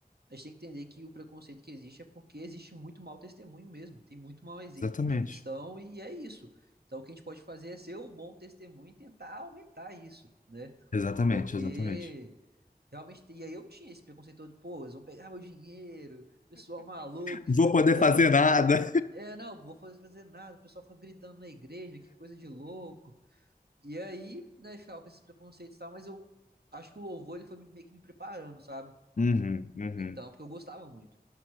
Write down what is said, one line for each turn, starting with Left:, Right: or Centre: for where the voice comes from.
Right: a gente tem que entender que o preconceito que existe é porque existe muito mau testemunho mesmo, tem muito mau exemplo
Left: Exatamente,
Right: de cristão e é isso. Então o que a gente pode fazer é ser o bom testemunho e tentar aumentar isso, né?
Left: exatamente,
Right: Porque
Left: exatamente.
Right: realmente, e aí eu tinha esse preconceito todo de, pô, eles vão pegar meu dinheiro, pessoal maluco, que
Left: Vou
Right: fica gritando,
Left: poder fazer nada.
Right: é, não, vou fazer fazer nada, o pessoal fica gritando na igreja, que coisa de louco. E aí, né, ficava com esses preconceitos e tal, mas eu acho que o louvor ele foi me- meio que me preparando, sabe?
Left: Uhum, uhum,
Right: Então, porque eu gostava muito.